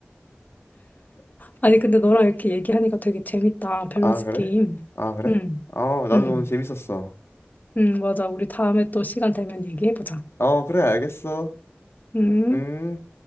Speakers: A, on the left; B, on the left.
A: 아니, 근데 너랑 이렇게 얘기하니까 되게 재밌다. 밸런스
B: 아, 그래?
A: 게임.
B: 아, 그래?
A: 음.
B: 어, 나도
A: 음.
B: 오늘 재밌었어.
A: 음. 맞아. 우리 다음에 또 시간 되면 얘기해보자.
B: 어, 그래, 알겠어.
A: 음.
B: 음.